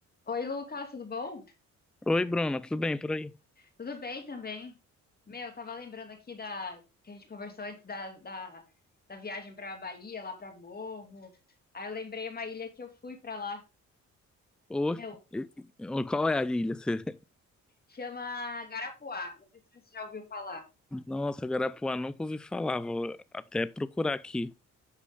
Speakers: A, on the left (about 30°); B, in the centre.
A: Oi, Lucas, tudo bom?
B: Oi, Bruna, tudo bem por aí?
A: Tudo bem também. Meu, eu tava lembrando aqui da que a gente conversou antes da, da, da viagem pra Bahia, lá pra Morro. Aí eu lembrei uma ilha que eu fui pra lá.
B: Ô,
A: Meu,
B: ô, qual é a ilha? Você-
A: chama Garapuá. Não sei se você já ouviu falar.
B: <laughs> Nossa, Garapuá, nunca ouvi falar, vou até procurar aqui.